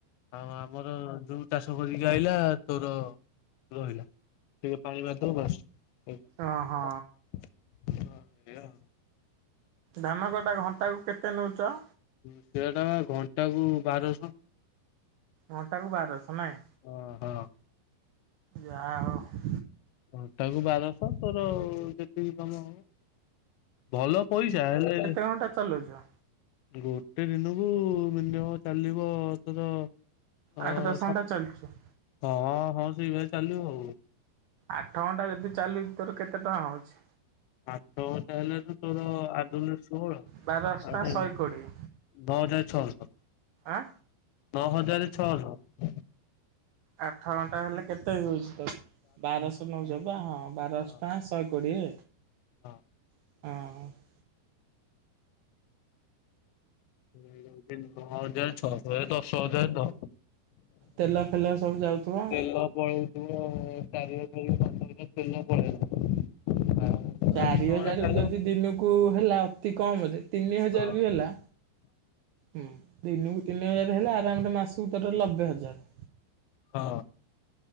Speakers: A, on the left; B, on the right.
A: ଆଉ ଆମର ଯୋଉ ଚାଷ କରିକି ଆଇଲା ତୋର ରହିଲା। ଟିକେ ପାଣି ମାରିଦବୁ ବାସ୍। ହଉ
B: ଓହୋ
A: <inaudible>
B: ଧାନ କଟା ଘଣ୍ଟା କୁ କେତେ ନଉଚ?
A: ସିଏ ତୋମେ ଘଣ୍ଟା କୁ ବାରଶହ।
B: ଘଣ୍ଟାକୁ ବାରଶହ ନାଇଁ?
A: ହଁ, ହଁ।
B: ଯା ହଉ।
A: ଘଣ୍ଟା କୁ ବାରଶହ ତୋର ଯେତିକି ସମୟ ହବ। ଭଲ ପଇସା ହେଲେ
B: କଣ ଟା ଚଲଉଛ?
A: ଗୋଟେ ଦିନକୁ ମିନିମମ୍ ଚାଲିବ ତୋର ଅ
B: ଆଠ ଦଶ
A: ସା
B: ଘଣ୍ଟା ଚାଲଛୁ।
A: ହଁ, ହଁ ସେଇ ଭଳିଆ ଚାଲିବ ଆଉ।
B: ଆଠ ଘଣ୍ଟା ଯଦି ଚାଲୁଚି ତୋର କେତେ ଟଙ୍କା ହଉଛି?
A: ଆଠ ଘଣ୍ଟା ହେଲେ ତ ତୋର ଆଠ ଦୁଣେ ଷୋହଳ।
B: ବାର ଅଷ୍ଟା
A: ଆଠେ
B: ଶହେ
A: ନା
B: କୋଡିଏ
A: ଧଅ ହଜାର ଛଅଶହ,
B: ଆଁ
A: ନଅ ହଜାର ଛଅଶହ।
B: ଆଠ ଘଣ୍ଟା ହେଲେ କେତେ ହଉଛି ତ? ବାରଶହ ନଉଚ ବା ହଁ ବାର
A: ହଁ
B: ଅଷ୍ଟା ଶହେ କୋଡିଏ।
A: ହଁ।
B: ଅଁ, ହଁ।
A: <inaudible> ନଅ ହଜାର ଛଅଶହ ଏ ହଜାର ଦଶ ହଜାର ଧୋ।
B: ତେଲ ଫେଲ ସବୁ ଯାଉଥୁବ।
A: ତେଲ ପଳେଇ ତୁମ ଚାରି ହଜାର କି ପାଞ୍ଚ ହଜାର ତେଲ ପଳେଇଲା। ଆଉ
B: ଚାରି
A: ଆଠ ନଅ
B: ହଜାର
A: ଘଣ୍ଟା ଚାଲିବ
B: ଯଦି ଦିନକୁ ହେଲା ଅତି କମ୍ ରେ ତିନି ହଜାର
A: ହଁ
B: ବି ହେଲା ହୁଁ, ଦିନକୁ ତିନି ହଜାର ହେଲେ ଆରାମ ରେ ମାସକୁ ତୋର ଲବେ ହଜାର।
A: ହଁ।